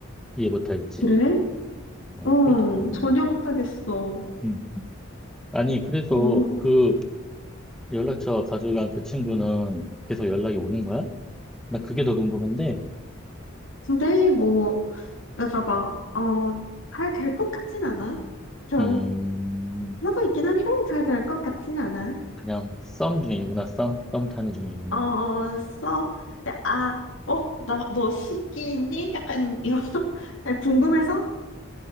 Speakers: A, in the centre; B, on the left.
A: 이해 못하겠지.
B: 그래?
A: 어,
B: 응,
A: 그게 또 고민이야.
B: 전혀 못하겠어.
A: 음. 아니, 그래서
B: 어,
A: 그 연락처 가져간 그 친구는 계속 연락이 오는 거야? 나 그게 더 궁금한데.
B: 근데 뭐, 내가 막, 어, 잘 될 것 같진 않아. 별,
A: 음,
B: 하고 있긴 한데, 잘 될 것 같진 않아.
A: 그냥 썸 중이구나. 썸? 썸 타는 중이구나.
B: 어, 써. 근데 아, 어, 나, 너 신기 있니? 약간, 이런, <laughs> 그냥 궁금해서?